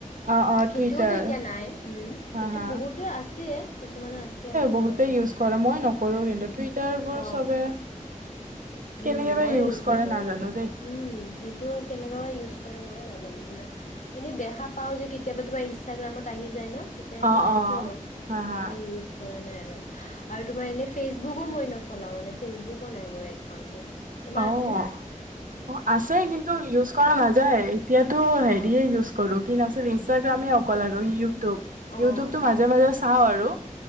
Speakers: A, on the right; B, on the left.
A: অ অ
B: সেইটোওতো
A: টুইটাৰ
B: এতিয়া নাই সেইটো
A: হা হা
B: বহুতোৰ আছে কিছুমানৰ আছে আৰু কিছুমানৰ
A: বহুতে
B: নাই।
A: ইউজ কৰে মই নকৰোঁ
B: উম
A: কিন্তু টুইটাৰবোৰ
B: অঁ
A: চবে
B: উম
A: কেনেকে বা
B: ময়ো
A: ইউজ কৰে
B: নকৰোঁ
A: নাজানো দেই।
B: উম সেইটো কেনেকুৱা বা ইউজ কৰে ময়ো নাজানো ময় এনেই দেখা পাওঁ যে কেতিয়াবা তোমাৰ ইনষ্টাগ্ৰামত আহি যায় ন। তেতিয়া এনেই
A: অ',
B: দেখোঁ
A: অ',
B: আৰু
A: হা, হা,
B: এনেই ইউজ কৰা নাই আৰু আৰু তোমাৰ এনেই ফেচবুকো মই নচলাওঁ মানে ফেচবুকো নাই মোৰ একাউণ্টটো। তোমাৰ
A: অ',
B: আছেনে
A: অ' আছে কিন্তু ইউজ কৰা নাযায় এতিয়াতো হেৰিয়ে
B: অঁ
A: ইউজ কৰো কিন্ত আ ইনষ্টাগ্ৰামে অকল আৰু ইউটিউব ইউটিউবতটো
B: অঁ
A: মাজে মাজে চাওঁ আৰু।